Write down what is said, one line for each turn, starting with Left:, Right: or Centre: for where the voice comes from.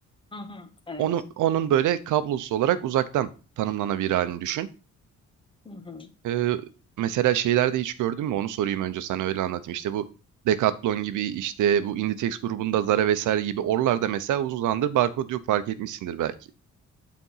Left: Hı hı. Evet.
Right: Onu, onun böyle kablosuz olarak uzaktan tanımlanabilir halini düşün.
Left: Hı hı.
Right: Ee, mesela şeylerde hiç gördün mü? Onu sorayım önce sana öyle anlatayım. İşte bu Decathlon gibi işte bu Inditex grubunda Zara vesaire gibi oralarda mesela uzun zamandır barkod yok fark etmişsindir belki.